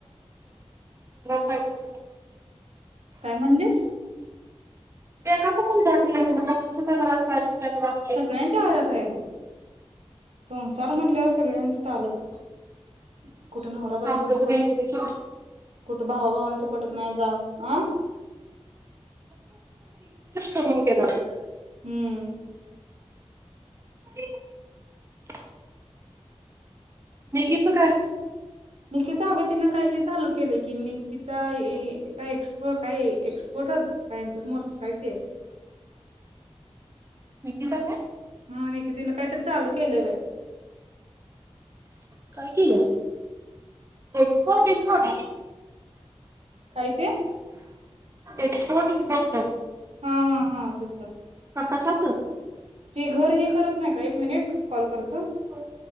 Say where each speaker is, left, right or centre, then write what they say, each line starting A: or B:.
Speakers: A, on the right (about 25°); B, on the right (about 70°).
A: पाहिजे
B: काय म्हणालीस?
A: <unintelligible> पण तर असते.
B: सगळ्यांच्या घरात आहे बघं संसार म्हणल्यावर सगळ्यांच्यात आलंच <inaudible> बायकोचं
A: आमच पण
B: पट
A: इंग्लिश
B: कुठं भावा भावांचं पटत नाही जाव अ
A: वाचालत <unintelligible> केला होता
B: हम्म
A: <unintelligible> नितीच काय
B: निक्कीच अगं तीनं काही चालू केलं की निकिता ए काय एसपो काय एक्सपोर्टर्स काय इंटरमोर्स काय ते?
A: हितं काय?
B: हां निक्की तीन काहीतर चालू केलंय बाई
A: काय केल्या एक्सपोर्ट एसपोर्ट
B: काय ते?
A: एक्सपोर्ट इनपोर्ट काय
B: हां हां हां तसं
A: कशाच
B: ते घर हे करत नाही का एक मिनिट कॉल करतो
A: हो